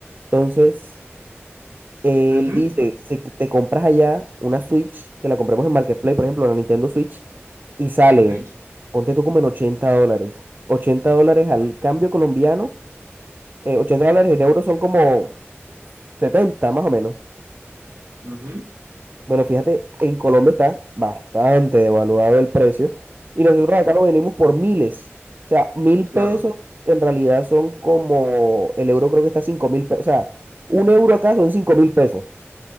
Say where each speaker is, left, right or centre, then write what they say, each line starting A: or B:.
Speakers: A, on the right (about 45°); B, on the right (about 80°).
A: Entonces, él
B: Ujú.
A: dice, si te compras allá una Switch, que la compremos en Marketplace, por ejemplo, la Nintendo Switch, y sale,
B: Ujú,
A: ponte tú como en 80 dólares. ochenta dólares al cambio colombiano, eh, 80 dólares en euros son como 70 más o menos.
B: ujú.
A: Bueno, fíjate, en Colombia está bastante devaluado el precio y nosotros acá lo venimos por miles. O sea, mil
B: Claro.
A: pesos en realidad son como, el euro creo que está cinco mil pesos, o sea, un euro acá son cinco mil pesos.